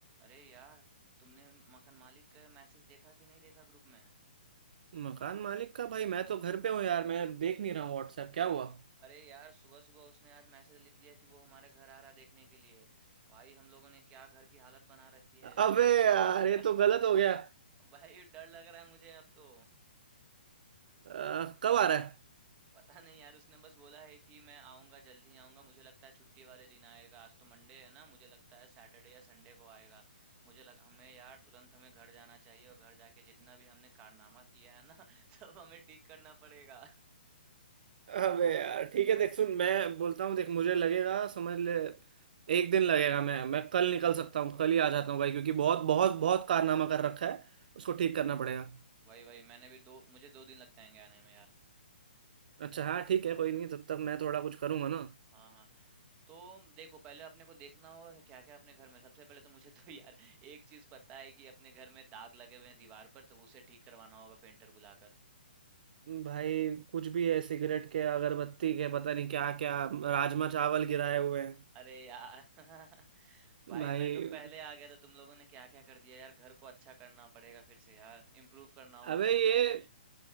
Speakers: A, on the right (about 20°); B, on the right (about 55°).
A: अरे यार तुमने मकान मालिक का मैसेज देखा कि नहीं देखा ग्रुप में
B: मकान मालिक का भाई मैं तो घर पे हूँ यार मैं देख नहीं रहा हूँ व्हाट्सएप क्या हुआ
A: अरे यार सुबह सुबह उसने आज मैसेज लिख दिया कि वो हमारे घर आ रहा है देखने के लिए भाई हम लोगों ने क्या घर की हालत बना रखी है
B: अबे
A: मुझे तो बहुत
B: यार
A: डर लग रहा
B: ये
A: है
B: तो गलत हो गया
A: <laughs> भाई डर लग रहा है मुझे अब तो
B: अ, कब आ रहा है
A: पता नहीं यार उसने बस बोला है कि मैं आऊंगा जल्दी ही आऊंगा मुझे लगता है छुट्टी वाले दिन आएगा आज तो मंडे है ना मुझे लगता है सैटरडे या संडे को आएगा मुझे लग हमें यार तुरंत हमें घर जाना चाहिए और घर जाके जितना भी हमने कारनामा किया है ना <laughs> सब हमें ठीक करना पड़ेगा
B: अबे यार ठीक है देख सुन मैं बोलता हूँ देख मुझे लगेगा समझ ले एक दिन लगेगा मैं मैं कल निकल सकता हूँ कल ही आ जाता हूँ भाई क्योंकि बहुत बहुत बहुत कारनामा कर रखा है उसको ठीक करना पड़ेगा
A: वही, वही। मैंने भी 2 मुझे 2 दिन लग जाएँगे आने में यार।
B: अच्छा हाँ ठीक है कोई नहीं तब तक मैं थोड़ा कुछ करूंगा ना
A: हाँ, हाँ। तो देखो पहले अपने को देखना होगा कि क्या-क्या अपने घर में सबसे पहले तो मुझे तो <laughs> यार एक चीज़ पता है कि अपने घर में दाग लगे हुए हैं दीवार पर तो उसे ठीक करवाना होगा पेंटर बुलाकर।
B: भाई कुछ भी है सिगरेट के अगरबत्ती के पता नहीं क्या क्या राजमा चावल गिराए हुए हैं
A: अरे यार! <laughs>
B: भाई
A: भाई मैं तो पहले आ गया था, तुम लोगों ने क्या-क्या कर दिया यार। घर को अच्छा करना पड़ेगा फिर से यार। इम्प्रूव करना होगा
B: अबे
A: घर में
B: ये
A: सब कुछ।